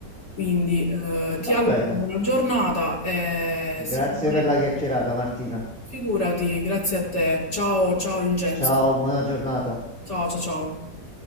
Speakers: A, on the left; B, in the centre.
A: quindi eh, ti
B: va
A: auguro
B: bene.
A: una buona giornata e
B: Grazie
A: sicuramente
B: per la chiacchierata, Martina.
A: figurati, grazie a te. Ciao, ciao Vincenzo.
B: Ciao, buona giornata.
A: Ciao, ciao, ciao.